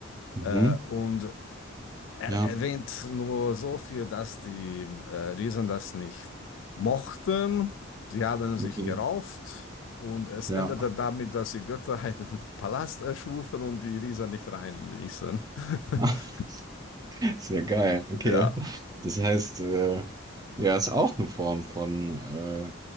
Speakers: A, on the right (about 20°); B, on the left (about 70°).
A: Mhm.
B: äh, und er
A: Ja,
B: erwähnt nur so viel, dass die äh, Riesen das nicht mochten. Sie haben sich
A: okay.
B: gerauft und es
A: Ja.
B: endete damit, dass die Götter einen <laughs> Palast erschufen und die Riesen nicht reinließen. <laughs>
A: <laughs> Sehr geil, okay.
B: Ja,
A: Das heißt, äh, ja, ist auch eine Form von äh,